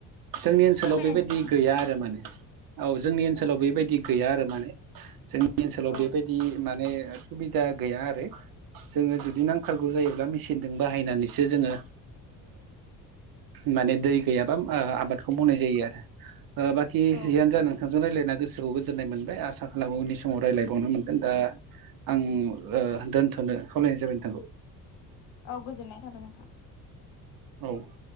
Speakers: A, on the right; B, on the left.
A: जोंनि ओनसोलाव
B: फोरमायलाय
A: बेबायदि
B: नोंथाङा
A: गैया आरो माने औ जोंनि ओनसोलाव
B: औ
A: बेबायदि गैया आरो माने जोंनि ओनसोलाव
B: औ
A: बेबायदि माने सुबिदा गैया आरो जों जुदि नांथारगौ जायो। बा मिसिनजों बाहायनानैसो जोङो माने दै गैयाबा आबादखौ मावनाय जायो आरो बाखि
B: औ
A: जियानो जा नों थांजों रायल्लायना गोसोखौ गोजोन्नाय मोनबाय आसा खालामो उननि समाव रायज्लायबावनो मोनगोन दा आं दोनथ'नो खावलायनाय जाबाय नोंथांखौ
B: औ गोजोननाय थाबाय नोंथां
A: औ